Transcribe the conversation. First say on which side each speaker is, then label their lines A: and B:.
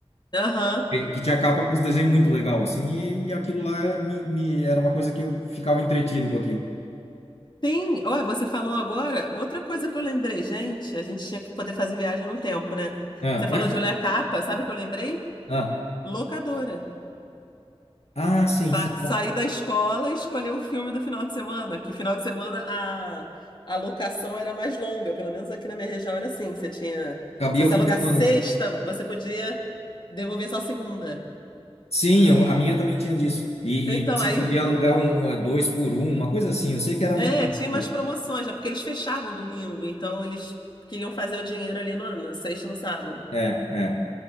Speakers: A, on the left (about 45°); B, on the left (about 75°).
A: Aham.
B: Que, que tinha capa com uns desenhos muito legal, assim, e, e aquilo lá me, me- era uma coisa que eu ficava entretido com aquilo.
A: Sim, olha, você falou agora, outra coisa que eu lembrei, gente, a gente tinha que poder fazer viagem no tempo, né?
B: Ah,
A: Você falou de olhar a capa, sabe o que eu lembrei?
B: <laughs> ah,
A: Locadora.
B: ah, sim,
A: Sa
B: sim.
A: saí da escola e escolhi o filme do final de semana, que final de semana a, a locação era mais longa, pelo menos aqui na minha região era assim. Você tinha,
B: Cabia
A: se você
B: o fim
A: alugar
B: de semana.
A: sexta, você podia devolver só segunda.
B: Sim, eu- a minha também tinha disso. E,
A: Então,
B: e você
A: aí,
B: podia alugar um, eh, dois por um, uma coisa assim. Eu sei que era
A: é,
B: vantajoso.
A: tinha umas promoções, né? Porque eles fechavam domingo, então eles queriam fazer o dinheiro ali no, na sexta e no sábado.
B: É, é.